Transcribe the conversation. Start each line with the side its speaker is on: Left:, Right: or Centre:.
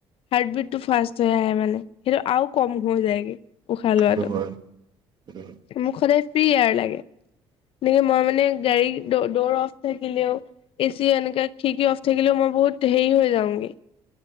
Left: হাৰ্টবিট টো ফাষ্ট হৈ আহে মানে। সেইটো আৰু কম হৈ যায়গে উশাহ লোৱাটো
Right: সেইটো হয় সেইটো হয়
Left: মোক সদায়। ফ্ৰী আৰ লাগে তেনেকে মই মানে গাড়ী দৌৰ অফ থাকিলেও। এচি এনেকে খিকি অ'। থাকিলেও মই বহুত হেৰি হৈ যাওঁগে